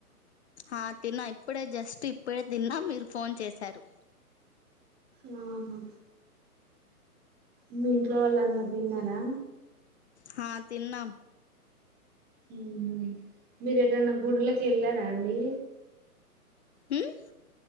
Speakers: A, on the left; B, on the right.
A: ఆ తిన్నా ఇప్పుడే జస్ట్ ఇప్పుడే తిన్నా మీరు ఫోన్ చేశారు
B: ఆహా మీ ఇంట్లో వాళ్ళు అందర్ తిన్నారా
A: హా తినం
B: హ్మ్ హు మీరు ఏటైనా గుడిలకి వెళ్ళారా అండి
A: హ్మ్